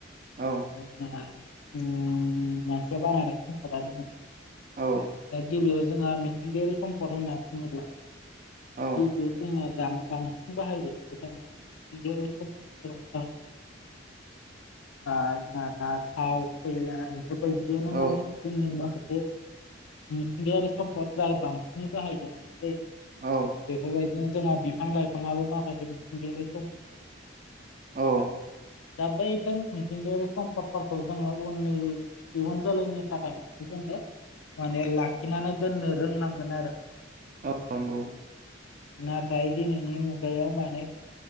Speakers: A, on the right; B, on the left.
A: औ
B: जोंहा मानसिया बानायनाय सम्पदानो दा
A: औ
B: गिबियाव जोंहा मिथिंगायारि सम्पद होनना बुङोब्ला
A: <inaudible>
B: जोंना द बां-बांसिन बाहायबाय जाबाय जानाय मिथिंगाय सम्फदफोरा बाहाय
A: <inaudible>
B: जोंहा दा थाव खैला बेफोरबायदियानो
A: औ
B: माने जोंनि माखासे मिथिंगायारि सम्फद जाय बांसिनै बाहायजानायलै बेफोरबायदिनो
A: औ
B: जोंहा बिफां लाइफाङाबो माखासे मिथिंगायारि सम्पद
A: औ
B: दा बैफोर मिथिंगायारि सम्पदफोरखौ जोङो उननि दिहुन जोलैनि थाखाय जोङो माने लाखिनानै दोननो रोंनांगोन आरो
A: औ नंगौ
B: नाथाय दिनैनि मुगायाव माने